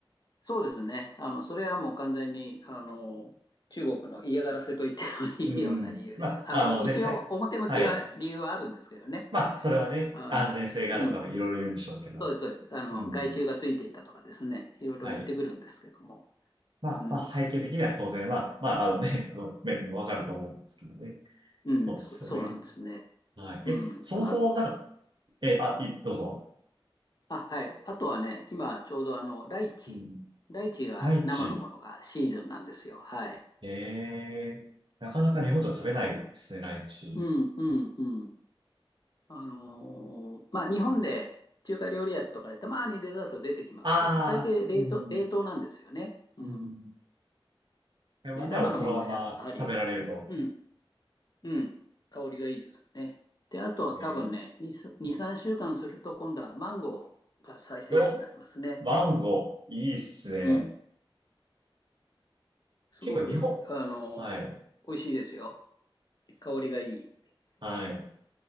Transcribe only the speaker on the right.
うん。まあ、
あのね、
た、はい。まあ、それはね、
安全性があるとかもいろいろ言うんでしょうけど。
うん。
はい。まあ、
まあ、背景的には当然、まあ、まあ、あのね、<laughs> 面もわかると思うんですけどね。
そうですよね。
はい。
え、そもそも、
なんか、
え、あ、い、どうぞ。
うん。
ライチ。
ええなかなか日本じゃ食べないですね、ライチ。
あ
あ、うん、
うん。台湾ではそのまま食べられると。
えー、
お、マンゴー、いいっすね。
結構日本。
はい、
はい。